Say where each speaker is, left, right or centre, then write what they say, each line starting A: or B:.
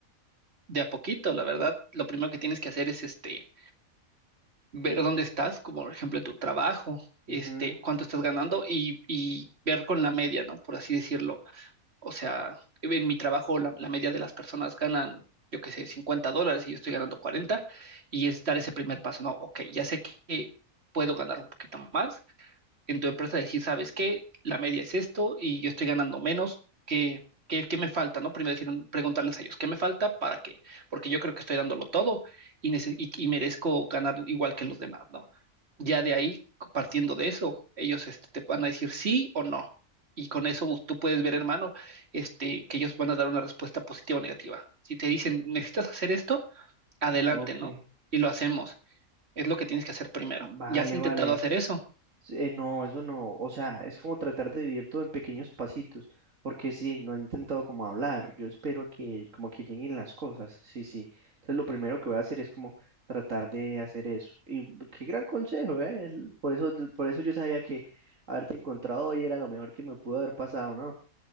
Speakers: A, on the right (about 50°); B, on the right (about 60°).
A: De a poquito, la verdad, lo primero que tienes que hacer es este, ver dónde estás, como por ejemplo en tu trabajo, este,
B: Ujú,
A: cuánto estás ganando y, y ver con la media, ¿no? Por así decirlo O sea, en mi trabajo la, la media de las personas ganan, yo qué sé, 50 dólares y yo estoy ganando 40 y es dar ese primer paso. No, ok, ya sé que puedo ganar un poquito más, en tu empresa decir, ¿sabes qué? La media es esto y yo estoy ganando menos, ¿qué, qué, qué me falta? ¿no? Primero decir, preguntarles a ellos, ¿qué me falta? ¿Para qué? Porque yo creo que estoy dándolo todo y, nece- y, y merezco ganar igual que los demás, ¿no? Ya de ahí, partiendo de eso, ellos este, te van a decir sí o no. Y con eso pues, tú puedes ver, hermano, este, que ellos van a dar una respuesta positiva o negativa. Si te dicen, necesitas hacer esto, adelante,
B: Ok.
A: ¿no? Y lo hacemos. Es lo que tienes que hacer primero.
B: Vale,
A: ¿Ya has intentado
B: vale.
A: hacer eso?
B: Sí, Eh, no, eso no, o sea, es como tratar de vivir todo en pequeños pasitos, porque sí, no he intentado como hablar, yo espero a que como que lleguen las cosas, sí, sí. Entonces lo primero que voy a hacer es como tratar de hacer eso. Y qué gran consejo, ¿eh? El- Por eso, por eso yo sabía que haberte encontrado hoy era lo mejor que me pudo haber pasado, ¿no?